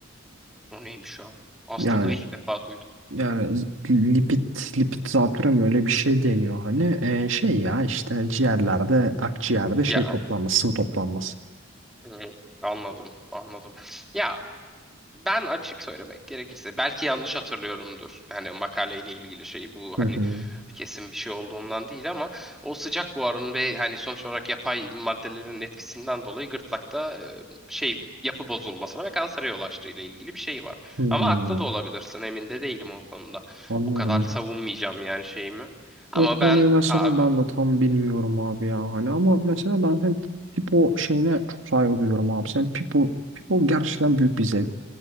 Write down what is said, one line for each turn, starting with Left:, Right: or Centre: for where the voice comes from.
Centre: O neymiş o? Hastalığı
Right: Yani
Centre: ilk defa duydum.
Right: yani lipid lipid zatüre mi öyle bir şey deniyor hani Ee, şey ya işte ciğerlerde akciğerde şey
Centre: Ya
Right: toplanması sıvı toplanması.
Centre: e, anladım, anladım. Ya Ben açık söylemek gerekirse belki yanlış hatırlıyorumdur. Hani makaleyle ilgili şey bu
Right: Hı
Centre: hani
Right: hı.
Centre: kesin bir şey olduğundan değil ama o sıcak buharın ve hani sonuç olarak yapay maddelerin etkisinden dolayı gırtlakta e, şey yapı bozulmasına ve kansere yol açtığı ile ilgili bir şey var.
Right: Hmm,
Centre: Ama haklı da olabilirsin emin de değilim o konuda.
Right: Anladım
Centre: Bu kadar savunmayacağım
Right: bak.
Centre: yani şeyimi. Ama
Right: O konuyu
Centre: ben
Right: mesela
Centre: abi
Right: ben de tam bilmiyorum abi ya hani ama mesela ben hem Pipo şeyine çok saygı duyuyorum abi. Sen Pipo Pipo gerçekten büyük bir zevk.